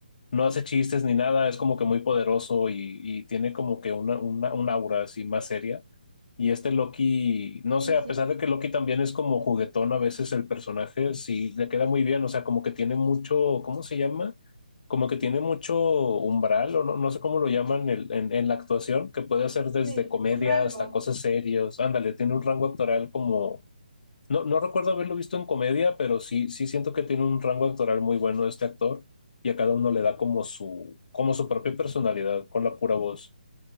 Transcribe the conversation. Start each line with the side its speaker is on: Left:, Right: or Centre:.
Left: no hace chistes ni nada, es como que muy poderoso y, y tiene como que una, una, un aura así más seria. Y este Loki, no sé,
Right: Sí, sí,
Left: a pesar de que Loki también es como juguetón a veces el personaje, sí le queda muy bien, o sea, como que tiene mucho, ¿cómo se llama? Como que tiene mucho umbral, o no, no sé cómo lo llaman el- en, en la actuación, que puede hacer desde
Right: sí,
Left: comedia
Right: un rango.
Left: hasta cosas serias. Ándale, tiene un rango actoral como, no, no recuerdo haberlo visto en comedia, pero sí, sí siento que tiene un rango actoral muy bueno este actor y a cada uno le da como su, como su propia personalidad con la pura voz.